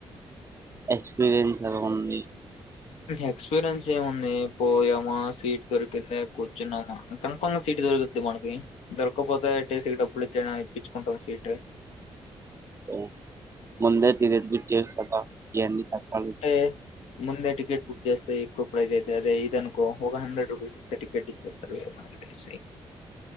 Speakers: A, on the right; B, on the left.
A: ఎక్స్పీరియన్స్ అలా ఉంది
B: ఎక్స్పీరియన్స్ ఏముంది పోయామా సీట్ దొరికింద కూర్చున్నామా కన్ఫామ్ సీట్ దొరుకుద్ది మనకి దొరక్కపోతే టీసీకి డబ్బులు ఇచ్చి అయినా ఇప్పిచ్చుకుంటాం సీటు
A: ఓ ముందే <unintelligible> బుక్ చేయొచ్చు కదా ఇయన్నీ కష్టాలు
B: అంటే ముందే టికెట్ బుక్ చేస్తే ఎక్కువ ప్రైస్ అయితది రే ఇది అనుకో ఒక హండ్రెడ్ రుపీస్ ఇస్తే టికెట్ ఇచ్చేస్తరు. హాలిడేసే